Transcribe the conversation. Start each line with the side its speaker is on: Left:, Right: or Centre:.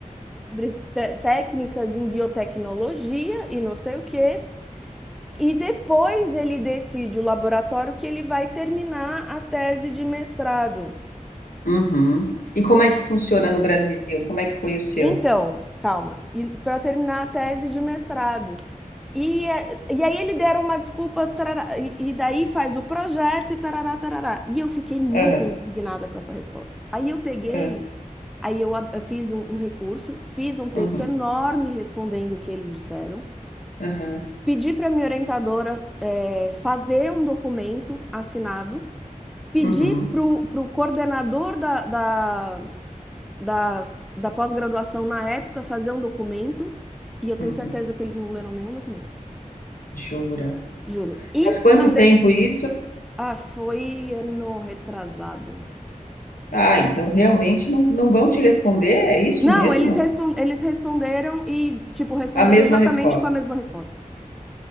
Centre: Sobre te- técnicas em biotecnologia e não sei o quê. E depois ele decide o laboratório que ele vai terminar a tese de mestrado.
Left: uhum. E como é que funciona no Brasil? Como é que foi o seu?
Centre: Então, calma, para terminar a tese de mestrado. E, eh, e aí ele deram uma desculpa, tarará, e e daí faz o projeto e tarará, tarará. E eu fiquei muito
Left: Aham,
Centre: indignada com essa resposta. Aí eu peguei,
Left: ah,
Centre: aí eu ab- eu fiz um, um recurso, fiz um texto
Left: uhum,
Centre: enorme respondendo o que eles disseram,
Left: aham,
Centre: pedi para minha orientadora, eh, fazer um documento assinado pedi
Left: uhum,
Centre: para o coordenador da, da, da, da pós-graduação na época fazer um documento, e eu tenho
Left: uhum.
Centre: certeza que eles não leram nenhum documento,
Left: Jura?
Centre: juro. E
Left: Faz quanto
Centre: mandei.
Left: tempo isso?
Centre: Ah, foi ano retrasado.
Left: Ah, então realmente não, não vão te responder? É isso
Centre: Não,
Left: mesmo?
Centre: eles, respon- eles responderam e, tipo, responderam
Left: A mesma
Centre: exatamente
Left: resposta.
Centre: com a mesma resposta.